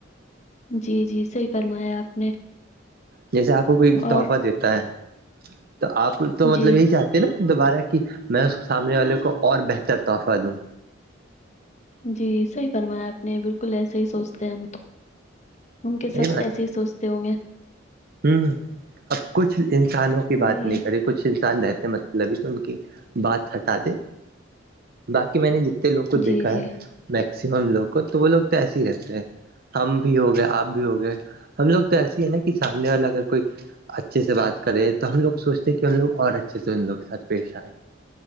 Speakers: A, on the left (about 40°); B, on the right (about 55°).
A: جی جی صحیح فرمایا آپ نے
B: جیسے آپ کو کوئی
A: اور
B: تحفہ دیتا ہے تو آپ تو مطلب
A: جی،
B: یہی چاہتے نا دوبارہ کہ میں اس سامنے والے کو اور بہتر تحفہ دوں
A: جی صح ہی فرمایا آپ نے بالکل ایسے ہی سوچتے ہیں ہم تو ان کے
B: یہی
A: سب
B: بات
A: ایسے ہی سوچتے ہوں گے
B: ہوں اب کچھ انسانوں کی بات
A: وہی
B: نہیں
A: ہے،
B: کرے کچھ انسان رہتے مطلب ہی تو ان کی بات ہٹا دے باقی میں نے جتنے لوگ کو
A: جی،
B: دیکھا
A: جی۔
B: ہے میکسیمم لوگ کو تو وہ لوگ تو ایسے ہی رہتے ہیں ہم بھی ہو گئے آپ بھی ہو گئے ہم لوگ تو ایسیے ہے نا کہ سامنے والا اگر کوئی اچھے سے بات کرے تو ہم لوگ سوچتے ہیں کہ ہم لوگ اور اچھے سے ان لوگ کے سات پیش آئے